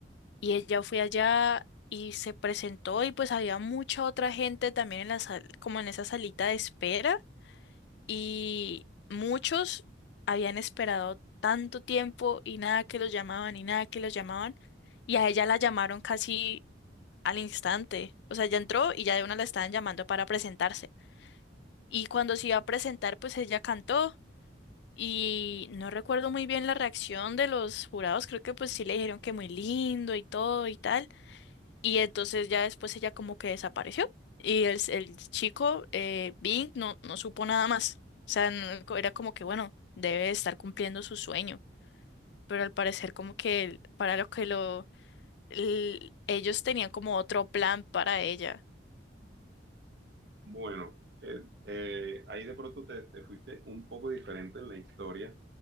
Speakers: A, on the left; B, on the right.
A: Y ella fue allá y se presentó y pues había mucha otra gente también en la sal, como en esa salita de espera y muchos habían esperado tanto tiempo y nada que los llamaban y nada que los llamaban y a ella la llamaron casi al instante. O sea, ella entró y ya de una la estaban llamando para presentarse. Y cuando se iba a presentar, pues ella cantó y no recuerdo muy bien la reacción de los jurados, creo que pues sí le dijeron que muy lindo y todo y tal. Y entonces ya después ella como que desapareció y el, el chico, eh, Bing, no, no supo nada más. O sea, no- co- era como que, bueno, debe estar cumpliendo su sueño, pero al parecer como que el- para lo que lo... el- ellos tenían como otro plan para ella.
B: Bueno, eh, eh, ahí de pronto te, te fuiste un poco diferente en la historia.